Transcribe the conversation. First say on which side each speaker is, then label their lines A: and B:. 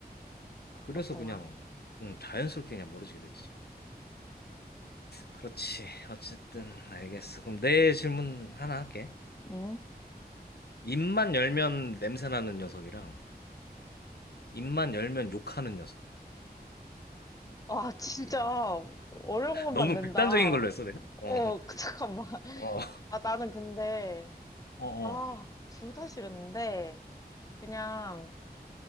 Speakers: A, on the left (about 75°); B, on the left (about 20°).
A: 그래서
B: 그렇구만.
A: 그냥 음, 자연스럽게 그냥 멀어지게 됐지. 그렇지. 어쨌든 알겠어. 그럼 내 질문 하나 할게.
B: 응?
A: 입만 열면 냄새 나는 녀석이랑 입만 열면 욕하는 녀석.
B: 와, 진짜 어려운 것만
A: 너무
B: 낸다.
A: 극단적인 걸로
B: 어,
A: 했어, 내가? 어.
B: <laughs> 그, 잠깐만.
A: 어.
B: 아, 나는 근데
A: 어,
B: 아,
A: 어.
B: 둘 다 싫은데 그냥